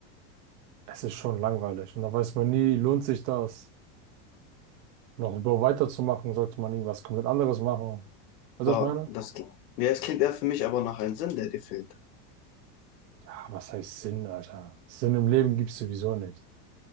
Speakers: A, on the right (about 75°); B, on the left (about 75°).
A: es ist schon langweilig. Und da weiß man nie, lohnt sich das, noch über weiterzumachen, sollte man irgendwas komplett anderes machen. Weißt
B: Aber
A: du, was ich meine?
B: das, ja, es klingt eher für mich aber nach einem Sinn, der dir fehlt.
A: Ja, was heißt Sinn, Alter? Sinn im Leben gibt es sowieso nicht.